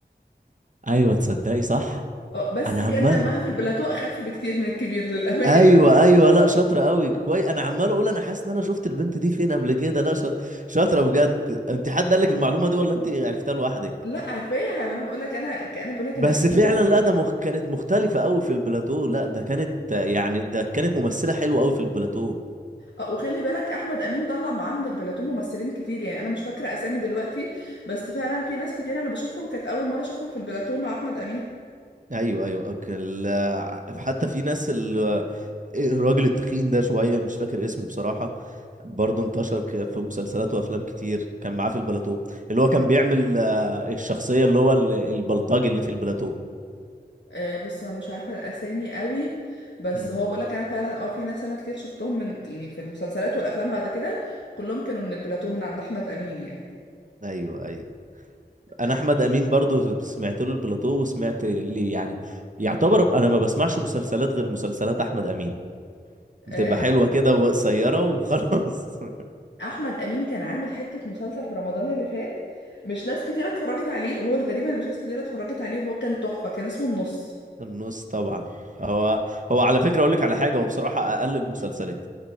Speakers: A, on the right (about 45°); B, on the left (about 85°).
A: ايوه تصدقي صح
B: اه بس
A: انا
B: كان
A: عمال
B: دمها في البلاتو اخف بكتير من الكبير للامانه
A: ايوه
B: <laughs>
A: ايوه لا شاطره قوي كويس انا عمال اقول انا حاسس ان انا شفت البنت دي فين قبل كده لا شاطره شاطره بجد انت حد قال لك المعلومه دي ولا انت عرفتها لوحدك
B: لا عارفاها ما انا بقول لك انا انا بقول لك
A: بس
B: انا بتابع
A: فعلا لا ده مخ... كانت مختلفة قوي في البلاتو لا ده كانت يعني ده كانت ممثلة حلوة قوي في البلاتو
B: اه وخلي بالك احمد امين طلع معاه من البلاتو ممثلين كتير يعني انا مش فاكره اسامي دلوقتي بس فعلا في ناس كتير انا بشوفهم كانت اول مره اشوفهم في البلاتو مع احمد امين
A: ايوه ايوه أوكي. ال- حتى في ناس ال... الراجل التخين ده شوية مش فاكر اسمه بصراحة برضه انتشر ك- في مسلسلات وافلام كتير كان معاه في البلاتو اللي هو كان بيعمل آه، الشخصية اللي هو ال- البلطاج اللي في البلاتو
B: آه بص انا مش عارفه الاسامي قوي بس
A: مم.
B: هو بقول لك انا فعلا اه في ناس انا كتير شفتهم من يعني في المسلسلات والافلام بعد كده كلهم كانوا من البلاتو من عند احمد امين يعني
A: ايوه ايوه انا
B: آه،
A: احمد امين برضه سمعت له البلاتو وسمعت ليه يعني يعتبر انا ما بسمعش مسلسلات غير مسلسلات احمد امين
B: آه،
A: بتبقى حلوة كده وقصيرة وخلاص <laughs>
B: احمد امين كان عامل حته مسلسل في رمضان اللي فات مش ناس كتير اتفرجت عليه وهو الغريب ان مش ناس كتير اتفرجت عليه وهو كان تحفه كان اسمه النص
A: النص طبعا هو هو على فكرة أقول لك على حاجة هو بصراحة أقل المسلسلات